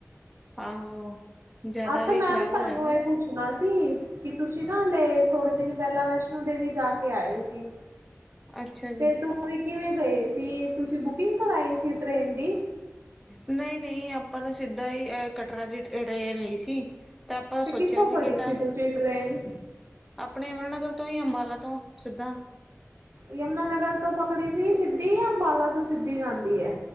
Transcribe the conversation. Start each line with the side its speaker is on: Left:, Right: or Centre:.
Centre: ਆਹੋ, ਜੈਦਾ
Right: ਅੱਛਾ
Centre: ਵੀ
Right: ਮੈਂ
Centre: ਖ਼ਰਾਬ
Right: ਨਾ ਤੁਹਾਨੂੰ
Centre: ਹੋ ਜਾਂਗੇ
Right: ਇਹ
Centre: ਨਾ।
Right: ਪੁੱਛਣਾ ਸੀ, ਕਿ ਤੁਸੀਂ ਨਾ ਹੱਲੇ ਥੋੜੇ ਦਿਨ ਪੈਲਾਂ ਵੈਸ਼ ਨੋ ਦੇਵੀ ਜਾ ਕੇ ਆਏ ਸੀ,
Centre: ਅੱਛਾ ਜੀ।
Right: ਤੇ ਤੂੰ ਓਈ ਕਿਵੇਂ ਗਏ ਸੀ, ਤੁਸੀ ਬੁਕਿੰਗ ਕਰਾਈ ਸੀ ਟ੍ਰੇਨ ਦੀ?
Centre: ਨਈ-ਨਈ ਆਪਾਂ ਤਾਂ ਸਿੱਦਾ ਈ ਕਟਰਾ ਦੀ ਟ੍ਰੇਨ ਲਈ ਸੀ ਤਾਂ ਆਪਾਂ
Right: ਤੇ
Centre: ਸੋਚੇਆ
Right: ਕਿੱਥੋਂ
Centre: ਸੀ
Right: ਫੜੀ
Centre: ਕੇ ਤਾਂ
Right: ਸੀ ਟ੍ਰੇਨ
Centre: ਆਪਣੇ ਯਮਣਾ ਨਗਰ ਤੋਂ ਯਾ ਅੰਬਾਲਾ ਤੋਂ ਸਿੱਦਾ?
Right: ਯਮੁਨਾਨਗਰ ਤੋਂ ਪਕੜੀ ਸੀ ਸਿੱਦੀ ਯਾ ਅੰਬਾਲਾ ਤੋਂ ਸਿੱਦੀ ਜਾਂਦੀ ਐ?